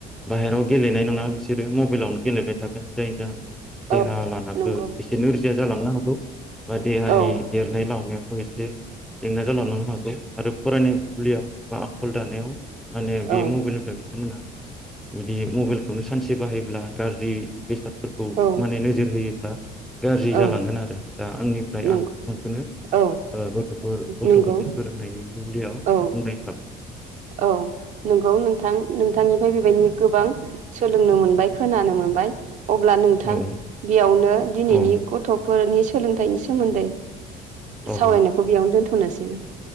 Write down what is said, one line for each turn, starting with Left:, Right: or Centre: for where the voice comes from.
Centre: बाहेरायाव गेलेनाय नङा बिसोरो मबाइलावनो गेलेबाय थागोन जायनि जाहोनाव। देहा
Right: औ
Centre: लानाबो
Right: नंगौ
Centre: एसे नोर्जि या जालांनो हागौ। बा देहानि
Right: औ औ
Centre: देरनाय लामनायावबो एसे। जे। <unintelligible> आरो फरायनाय बुब्लियाव बा आख। आखल दानायाव। माने
Right: औ
Centre: बे मबाइलनिफ्राय बिथांमोना। बिदि मबाइलखौनो सानसे बाहायोब्ला गाज्रि बेसाद फोरखौ
Right: औ
Centre: माने नोजोर होयोब्ला गाज्रि
Right: औ
Centre: जालांगोन आरो। दा आंनिफ्राय
Right: नंगौ
Centre: आङो नोंथांखौनो
Right: औ
Centre: ओ गथ'फोर गथ'
Right: नंगौ
Centre: गथाय फोरोंनायनि बुब्लियाव
Right: औ
Centre: बुंनाय थाबाय।
Right: औ नोंगौ नोंथां नोंथांनिफ्राय बेबायदिनो गोबां सोलोंनो मोनबाय खोनानो मोनबाय। अब्ला नोंथां
Centre: औ
Right: बेयावनो दिनैनि
Centre: औ
Right: गथ'फोरनि सो सोलोंथाइनि सोमोन्दै।
Centre: औ
Right: सावरायनायखौ बेयावनो दोनथ नोसै